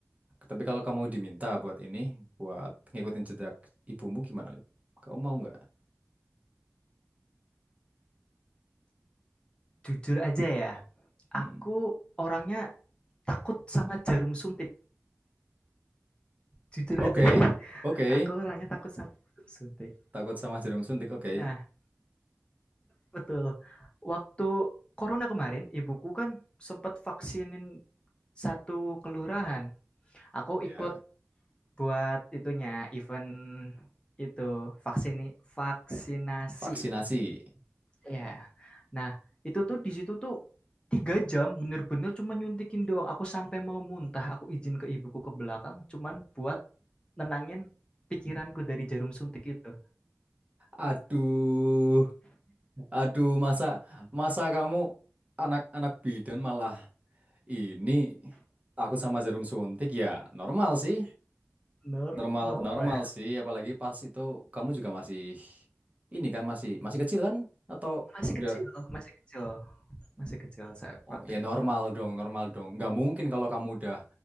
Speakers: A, on the right; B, on the left.
A: tapi kalau kamu diminta buat ini, buat ngikutin jejak ibumu gimana, Liv? Kamu mau nggak?
B: Jujur aja ya, aku
A: Mm-mm.
B: orangnya takut sama jarum suntik, jujur aja.
A: Oke,
B: <laughs>
A: oke.
B: Aku orangnya takut sama jarum suntik.
A: Takut sama jarum suntik, oke.
B: Nah Betul. Waktu corona kemarin, ibuku kan sempet vaksinin satu kelurahan. Aku
A: Ya,
B: ikut buat itunya, event itu, vaksini vaksinasi.
A: vaksinasi.
B: ya Nah, itu tuh di situ tuh 3 jam bener-bener cuma nyuntikin doang. Aku sampai mau muntah, aku izin ke ibuku ke belakang cuman buat nenangin pikiranku dari jarum suntik itu.
A: Aduh, aduh, masa, masa kamu anak-anak bidan malah Ini aku sama jarum suntik ya normal sih,
B: Nor
A: normal
B: novel.
A: normal sih. Apalagi pas itu kamu juga masih ini kan masih masih kecil kan? Atau
B: Masih
A: udah?
B: kecil masih kecil, masih kecil saat waktu
A: Oh ya normal
B: itu.
A: dong, normal dong. Nggak mungkin kalau kamu udah